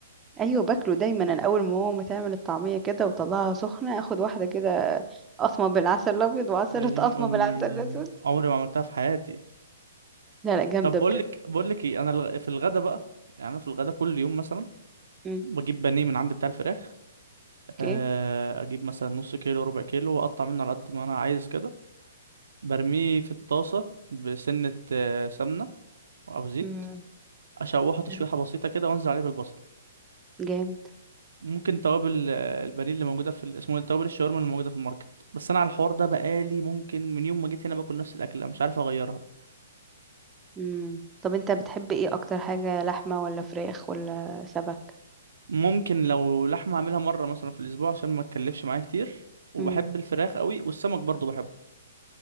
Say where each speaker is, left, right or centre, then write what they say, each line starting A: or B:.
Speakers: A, on the right (about 15°); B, on the right (about 75°).
A: <laughs> ايوه باكله دايما انا اول ما ماما تعمل الطعميه كده وطلعها سخنه اخد واحده كده قطمه بالعسل الابيض وعسل
B: يا
A: <laughs> قطمه
B: دين امي
A: بالعسل الاسود
B: عمري ما عملتها في حياتي
A: لا لا جامده
B: طب بقول
A: بجد
B: لك بقول لك ايه انا الغ- في الغدا بقى يعني انا في الغدا كل يوم مثلا
A: امم
B: بجيب بانيه من عند بتاع الفراخ
A: اوكي
B: آه، اجيب مثلا نص كيلو ربع كيلو واقطع منه على قد ما انا عايز كده برميه في الطاسه بسنه آه، سمنه او زيت
A: امم
B: اشوحه تشويحه
A: حلو.
B: بسيطه كده وانزل عليه بالبصل
A: جامد
B: ممكن توابل آه، البانيه اللي موجوده في ال- اسمه إيه؟ توابل الشاورما اللي موجوده في الماركت بس انا على الحوار ده بقالي ممكن من يوم ما جيت هنا باكل نفس الاكله مش عارف اغيرها
A: امم طب انت بتحب ايه اكتر حاجه لحمه ولا فراخ ولا سمك
B: ممكن لو لحمه اعملها مره مثلا في الاسبوع عشان ما تكلفش معايا كتير وبحب
A: امم
B: الفراخ قوي والسمك برضو بحبه